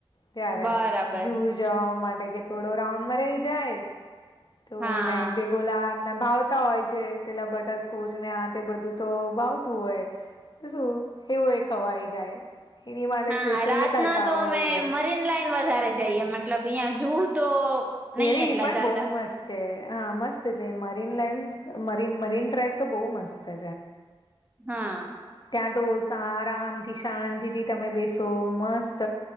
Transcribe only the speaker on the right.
બરાબર
હા
હા
રાતના
તો અમે
મરીન લાઈન વધારે જઈએ મતલબ અહં જુહ તો
નહી
એટલા
જાતા
હા